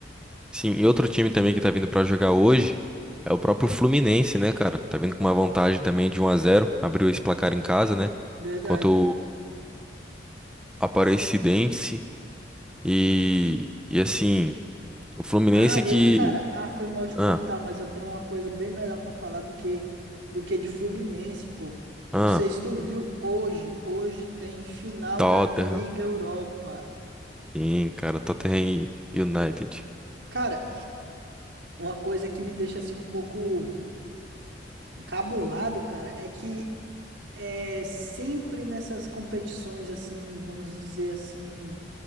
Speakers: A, in the centre; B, on the right.
A: Sim, e outro time também que tá vindo pra jogar hoje é o próprio Fluminense, né, cara? Tá vindo com uma vantagem também de um a zero abriu
B: Hum,
A: esse placar em casa, né?
B: verdade.
A: Contra o Aparecidense e e assim, o Fluminense
B: Ah, hein,
A: que
B: cara, ah, foi mal te
A: ah,
B: cortar, mas eu tenho uma coisa bem melhor pra falar do que do que de Fluminense, pô.
A: ah,
B: Não sei se tu viu hoje, hoje tem final
A: Tottenham.
B: da Liga Europa.
A: Sim, cara. Tottenham e United.
B: Cara, uma coisa que me deixa assim um pouco Cabulado, cara, é que é sempre nessas competições assim, vamos dizer assim,